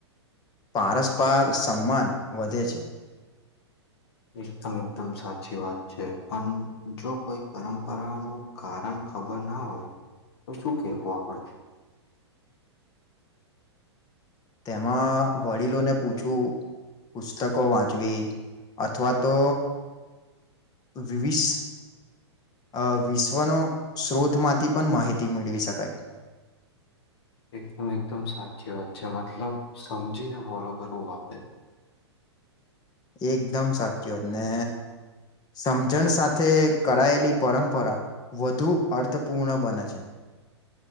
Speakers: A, on the left (about 25°); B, on the left (about 60°).
A: પારસ્પાર સમાન વધે છે.
B: એકદમ એકદમ સાચી વાત છે પણ જો કોઈ પરંપરાનું કારણ ખબર ના હોય તો શું કેવું આપડે.
A: તેમાં વડીલોને પૂછું પુસ્તકો વાંચવી અથવા તો વિવિસ અ વિશ્વનો સ્ત્રોતમાંથી પણ માહિતી મેળવી શકાય.
B: <unintelligible> એકદમ એકદમ સાચી વાત છે, મતલબ સમજીને ફોલો કરવું આપડે.
A: એકદમ સાચીવાત ને સમજણ સાથે કરાયેલી પરંપરા વધુ અર્થપૂર્ણ બને છે.